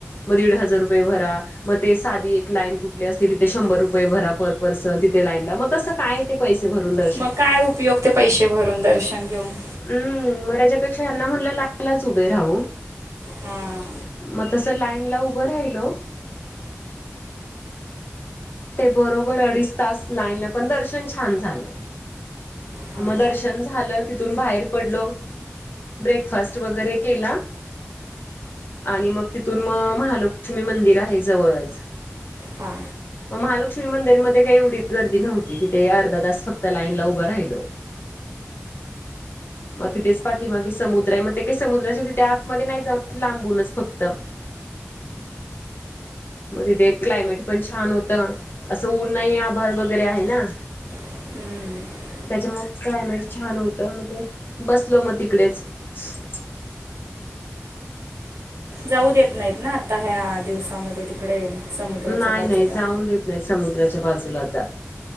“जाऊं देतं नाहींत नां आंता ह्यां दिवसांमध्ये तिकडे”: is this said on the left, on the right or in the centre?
Right